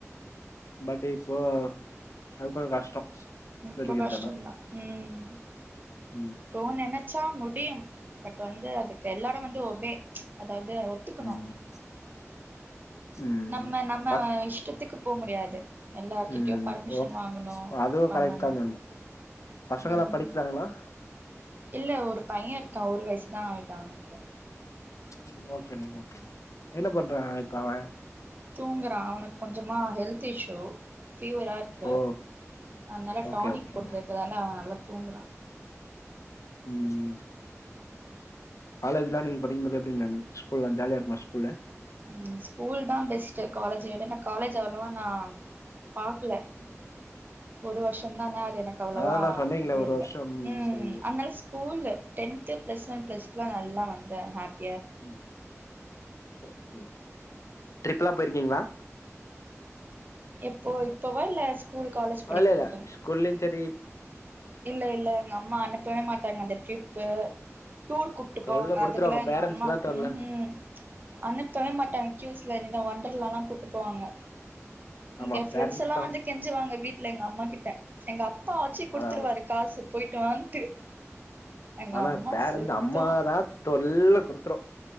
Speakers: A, on the left (about 70°); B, on the right (about 35°).
A: பட் இப்போ அது கொஞ்சோ கஷ்டோ
B: இப்ப
A: படிக்கறதெல்லா
B: கஷ்டோ தா ம்
A: ம்
B: தோ நெனைச்சா முடியு பட் வந்து அதுக்கு எல்லாரு வந்து ஒபே அதாவது ஒத்துக்கணு
A: ம் ம்
B: நம்ம நம்ம
A: பஸ்
B: இஷ்டத்துக்கு போ முடியாது எல்லார்கிட்டயு
A: ம்
B: பர்மிஷன்
A: ஓ
B: வாங்கணு
A: அதுவு
B: பண்ணணு
A: கரெக்ட் தா மேம் பசங்களா
B: ம்
A: படிக்கிறாங்களா
B: இல்ல ஒரு பைய இருக்கா ஒரு வயசுதா ஆவுது அவனுக்கு
A: ம் ஓகே மேம் ஓகே மேம் என்ன பண்றா இப்ப அவ
B: தூங்குறா அவனுக்கு கொஞ்சமா ஹெல்த் இஷ்யூ ஃபீவரா ருக்கு
A: ஓ
B: அதுனால
A: ஓகே
B: டானிக்
A: ஓகேங்க
B: போட்டிருக்கறதால அவ நல்லா தூங்குறா
A: ம் காலேஜ்ல்லா நீங்க படிக்கு போது எப்டி மேம் ஸ்கூல்லல்லா ஜாலியா இருக்குமா ஸ்கூல்லு
B: ம் ஸ்கூல் தா பெஸ்ட்டு காலேஜ் விட நா காலேஜ் அவ்ளோவா நா பாக்ல
A: ம்
B: ஒரு வருஷோ தானே அது எனக்கு அவ்ளவா
A: அதாதா சொன்னீங்களே
B: இது
A: ஒரு
B: இல்ல
A: வருஷம்
B: ம்
A: சரி
B: அதுனால ஸ்கூல்லு டென்த்து ப்ளஸ் ஒன் ப்ளஸ் டூல நல்லா வந்த ஹாப்
A: ம் <unintelligible> ட்ரிப்பல்லா போயிருக்கீங்களா
B: எப்போ இப்போவா இல்ல ஸ்கூல் காலேஜ் படிக்கு
A: இல்ல இல்ல
B: போதா
A: ஸ்கூல்லயு சேரி
B: இல்ல இல்ல எங்க அம்மா அனுப்பவே மாட்டாங்க அந்த ட்ரிப்பு டூர் கூப்ட்டு
A: தொல்ல
B: போவாங்க
A: குடுத்துருவாங்க
B: அதுக்கல்லா எங்க
A: பேரண்ட்ஸ்
B: அம்மா
A: தா தொல்ல
B: உம் ம் அணு ப்பவே மாட்டாங்க கியூஸ்ல வண்டர்லால்லா கூட்டு போவாங்க
A: ஆமா
B: எ ஃப்ரெண்ட்ஸ்
A: பேரண்ட்ஸ்
B: எல்லா
A: தா
B: வந்து கெஞ்சுவாங்க வீட்டுல எங்க அம்மா கிட்ட எங்க அப்பா வச்சு குடுத்துருவாரு
A: அதா அதா
B: காசு போயிட்டு வான்ட்டு எங்க
A: ஆனா
B: அம்மா
A: பேரண்ட்
B: சுத்தோ
A: அம்மாதா பெரிய குருத்தரோ